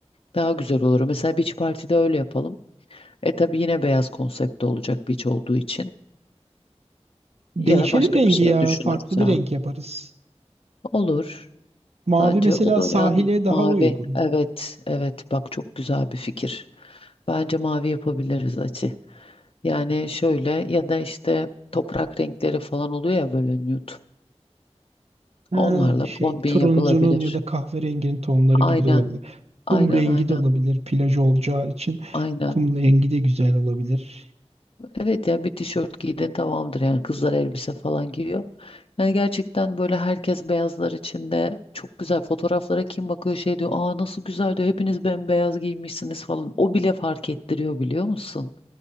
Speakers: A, on the left; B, on the right.
A: daha güzel olur. Mesela beach party'de öyle yapalım. E tabii yine beyaz konsepte olacak beach olduğu için.
B: Değişelim
A: Ya da başka
B: rengi
A: bir şey
B: ya.
A: düşünürüz
B: Farklı bir
A: ya.
B: renk yaparız.
A: Olur.
B: Mavi
A: Bence
B: mesela
A: o da
B: sahile
A: yani
B: daha
A: mavi.
B: uygun.
A: Evet, evet. Bak çok güzel bir fikir. Bence mavi yapabiliriz açı. Yani şöyle ya da işte toprak renkleri falan oluyor ya böyle nude.
B: Ha,
A: Onlarla
B: şey
A: kombin
B: turuncunun
A: yapılabilir.
B: ya da kahverenginin tonları gibi
A: Aynen,
B: de olabilir.
A: aynen,
B: Kum rengi
A: aynen,
B: de olabilir plaj olacağı için.
A: aynen.
B: Kum rengi de güzel olabilir.
A: Evet ya bir tişört giydin tamamdır yani kızlar elbise falan giyiyor. Yani gerçekten böyle herkes beyazlar içinde çok güzel fotoğraflara kim bakıyor şey diyor aa nasıl güzel diyor hepiniz bembeyaz giymişsiniz falan. O bile fark ettiriyor biliyor musun?